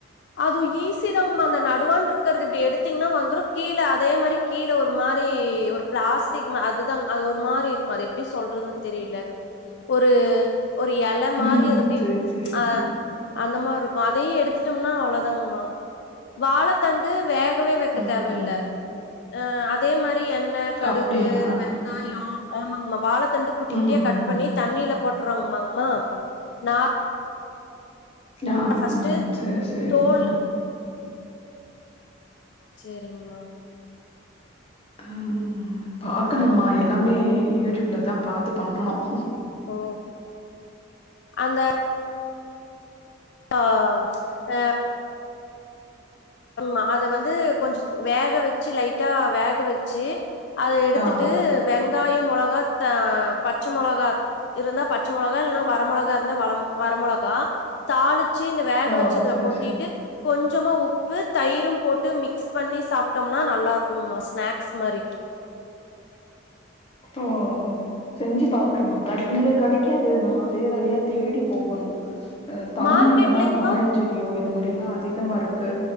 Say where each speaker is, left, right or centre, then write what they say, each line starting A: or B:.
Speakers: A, on the left; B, on the left.
A: அது ஈஸி தாங்கமா அந்த நடுவானடா இருக்கிறது இப்டி எடுத்தீங்கன்னா வந்துடும் கீழே அதே மாரி கீழே ஒரு மாரி ஒரு பிளாஸ்டிக் அதுதா அது ஒரு மாரி இருக்கும் அது எப்டி சொல்றதுன்னு தெரில ஒரு ஒரு இலை மாரி
B: ம்.
A: அது அப்டே
B: சரி, சரி.
A: ஆ அந்த மாரி இருக்கும் அதையும் எடுத்துட்டோம்னா அவ்ளோ தாங்கமா வாழ வாழ தண்டு வேகவே வைக்க
B: ம்.
A: தேவையில்ல. ஆ அதே மாரி எண்ண கடுகு
B: அப்படியா?
A: வெங்காயம் ஆமாங்கமா வாழைத்தண்டு குட்டி
B: ம்.
A: குட்டியா கட் பண்ணி தண்ணில போட்டுறோங்கமாங்கமா நா
B: ஆ
A: ஃபர்ஸ்ட்
B: சேரி சேரிம்மா
A: தோல் சேரிங்மா
B: ஆ பாக்கணும்மா எல்லாமே யூடியூப்ல தான் பாத்து பண்ணணும்.
A: ஓ அந்த ஆ எ ஆ அது வந்து கொஞ்ச வேக வச்சு லைட்டா வேக வச்சு அத எடுத்துட்டு
B: ஆ.
A: வெங்காய மிளகா பச்ச முளகா இருந்தா பச்ச முளகா இல்லன்னா வர முளகா இருந்தா வர மொளகா தாளிச்சு இந்த வேக
B: ஓ!
A: வச்சதுல
B: சரி,
A: கொட்டிட்டு
B: சரி.
A: கொஞ்சமா உப்பு உப்பு தயிரு போட்டு மிக்ஸ் பண்ணி சாப்ட்டோம்னா நல்லா இருக்குங்கமா ஸ்நாக்ஸ் மாரி
B: ஓ செஞ்சு பாக்குறேமா இங்க கிடைக்காது நா அதே வேலைய தேடி போகணு ஹ தமிழ்நாடுல
A: மார்க்கெட்லங்மா
B: தா வாழச்செடியோ இது மாரி எல்லா அதிகமா இருக்கு